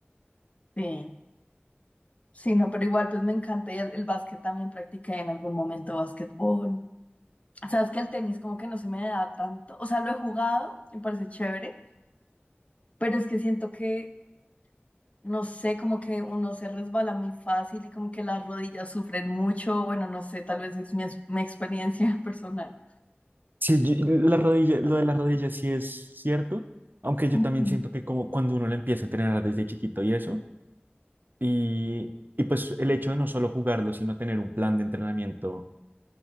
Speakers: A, on the left; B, on the right.
A: Sí. Sí, no, pero igual pues me encanta y el, el básquet también practiqué en algún momento básquetbol. Sabes que el tenis como que no se me da tanto, o sea, lo he jugado, me parece chévere, pero es que siento que, no sé, como que uno se resbala muy fácil y como que las rodillas sufren mucho, bueno, no sé, tal vez es mi, ex- mi experiencia <laughs> personal.
B: Sí, yo- la rodilla, lo de la rodilla sí es cierto, aunque yo
A: Ujú.
B: también siento que como cuando uno lo empieza a entrenar desde chiquito y eso, y, y pues el hecho de no solo jugarlo, sino tener un plan de entrenamiento